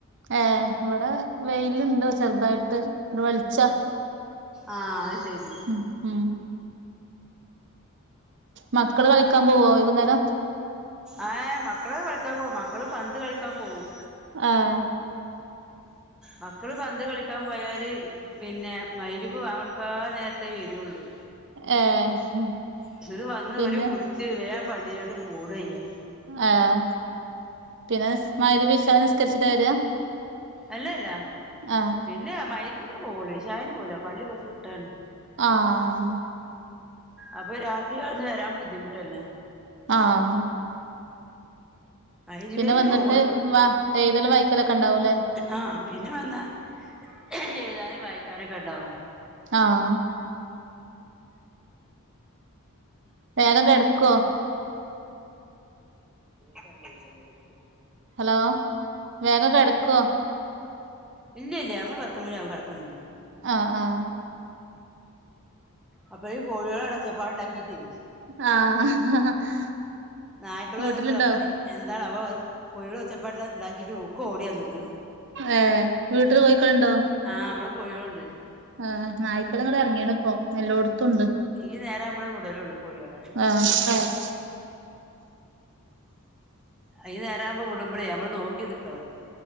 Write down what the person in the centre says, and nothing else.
ആഹ് അത് ശരി
ഏഹ് മക്കള് കളിക്കാൻ പോകും മക്കള് പന്ത് കളിക്കാൻ പോകും
മക്കള് പന്ത് കളിക്കാൻ പോയാല് പിന്നെ മയ് ര് ബാങ്കോ ട് ക്കാൻ നേരത്തെ വരുള്ളൂ
ച്ച് ന്ന് വന്ന്
ഒരു കുളിച്ച് വേൻ പള്ളിയിലോട്ട് ഓടയ്യാ
അല്ലല്ല
പിന്നെ മയി രി ബി ക്കെ പോവള്ളൂ ഇശാഇ ന് പോവൂല്ല കുറച്ച് വി ട്ടാണ്
അപ്പൊ രാത്രി കവി ട് ന്ന് വരാൻ ബുദ്ധിമുട്ടല്ലേ?
മയി രി
ബി ന്നെ
പോവൊ ള്ളൂ
ആഹ് പിന്നെ വന്നാ എയ് താനും വായിക്കാനൊക്കെ ഉണ്ടാവും
കരണ്ട ദിവസല്ലേട്ടു
ഇല്ല ഇല്ല ങ്ങള് പത്ത് മണി ആവും കിടക്കണക്കങ്കി
അപ്പൊ ഈ കോഴികളോ ച്ചപ്പാട് ഉണ്ടാക്കിട്ട്
നായ്ക്കള്
വന്ന് ക്ക്ണ് അപ്പൊ എന്താണ് അപ്പൊ കോയെ ള് ഒച്ചപ്പട്ട് ഇണ്ടാക്കിട്ട് ഒക്കെ ഓടിവ ന്ന് ക്ക് ണ്
ആഹ് ഇ വടെ കോയി കളുണ്ട്
ഇ നേരാവുമ്പോ വിട ലള്ളു കോയെ ളെ
ഈ നേരാ വുമ്പോ വിടുമ്പളേ നമ്മള് നോക്കി നി ക്കണം